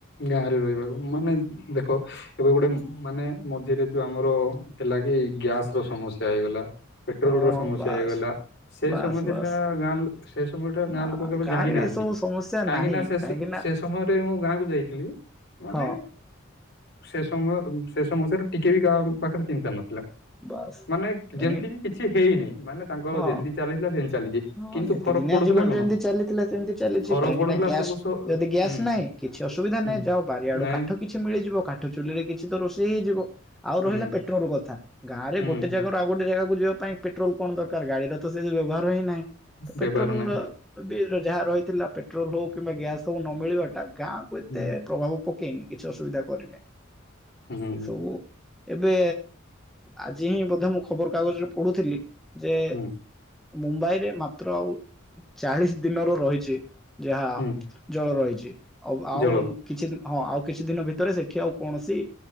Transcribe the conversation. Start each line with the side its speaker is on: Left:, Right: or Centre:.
Left: ଗାଁରେ ରହିବାକୁ ମାନେ ଦେଖ ଏବେ ଗୋଟେ ମାନେ ମଝିରେ ଯୋଉ ଆମର ହେଲା କି ଗ୍ୟାସ ର ସମସ୍ୟା ହେଇଗଲା ପେଟ୍ରୋଲର
Centre: ହଁ
Left: ସମସ୍ୟା
Centre: ବାସ୍
Left: ହେଇଗଲା ସେ
Centre: ବାସ୍
Left: ସମସ୍ୟା
Centre: ବାସ୍
Left: ଟା ଗାଁ ସେ ସମୟଟା
Centre: ନା
Left: ଗାଁ ଲୋକ କେବେ
Centre: ଗାଁରେ
Left: ଜାଣିନାହାନ୍ତି।
Centre: ଏସବୁ ସମସ୍ୟା
Left: କାହିଁକି
Centre: ନାହିଁ
Left: ନା ସେ
Centre: କାହିଁକି ନା
Left: ସେ ସମୟରେ ମୁଁ ଗାଁ କୁ ଯାଇଥିଲି ମାନେ
Centre: ହଁ
Left: ସେ ସମୟ ସେ ସମସ୍ୟା ର ଟିକେ ବି କାହା ପାଖରେ ଚିନ୍ତା ନଥିଲା।
Centre: ବାସ୍
Left: ମାନେ
Centre: କାହିଁକି
Left: ଯେମିତି କିଛି ହେଇନି ମାନେ ତାଙ୍କର
Centre: ହଁ
Left: ଯେମିତି ଚାଲିଥିଲା ସେମିତି ଚାଲିଛି।
Centre: ହଁ
Left: କିନ୍ତୁ
Centre: ନିତିଦିନିଆ
Left: ଫରକ ପଡୁଥିଲା
Centre: ଜୀବନ
Left: କଣ
Centre: ଯେମିତି ଚାଲିଥିଲା ସେମିତି ଚାଲିଛି
Left: ଫରକ
Centre: କାହିଁକି
Left: ପଡୁଥିଲା
Centre: ନା ଗ୍ୟାସ
Left: ସବୁ ସ-
Centre: ଯଦି ଗ୍ୟାସ୍
Left: ହୁଁ
Centre: ନାହିଁ କିଛି ଅସୁବିଧା
Left: ହୁଁ
Centre: ନାହିଁ ଯାହହୋଉ ବରିଆଡୁ
Left: ନାଇଁ
Centre: କାଠ କିଛି ମିଳିଯିବ କାଠ ଚୁଲିରେ କିଛି ତ ରୋଷେଇ ହେଇଯିବ। ଆଉ
Left: ହୁଁ
Centre: ରହିଲା ପେଟ୍ରୋଲ କଥା। ଗାଁରେ
Left: ହୁଁ
Centre: ଗୋଟେ ଜାଗାରୁ ଆଉ ଗୋଟେ ଜାଗାକୁ ଯିବା ପାଇଁ ପେଟ୍ରୋଲ କଣ ଦରକାର ଗାଡିର ତ ସେ ବ୍ୟବହାର ହିଁ ନାହିଁ।
Left: ବ୍ୟବହାର
Centre: ପେଟ୍ରୋଲ
Left: ନାହିଁ
Centre: ବି ଯାହା ରହିଥିଲା ପେଟ୍ରୋଲ ହଉ କିମ୍ବା ଗ୍ୟାସ ହଉ ନ ମିଳିବା ଟା ଗାଁ ଏତେ
Left: ହୁଁ
Centre: ପ୍ରଭାବ ପକେଇନି କିଛି ଅସୁବିଧା କରିନି
Left: ହୁଁ
Centre: ଏସବୁ ଏବେ ଆଜି ହିଁ ବ ମୁଁ ଖବର କାଗଜରେ ପଢୁଥିଲି। ଯେ
Left: ହୁଁ
Centre: ମୁମ୍ବାଇରେ ମାତ୍ର ଆଉ ଚାଳିଶ ଦିନର ରହିଛି। ଯାହା
Left: ହୁଁ
Centre: ଜଳ ରହିଛି ଆଉ ଆଉ
Left: ଜଳ
Centre: କିଛି ଦ ହଁ ଆଉ କିଛି ଦିନ ଭିତରେ ସେଠ ଏଠି ଆଉ କୌଣସି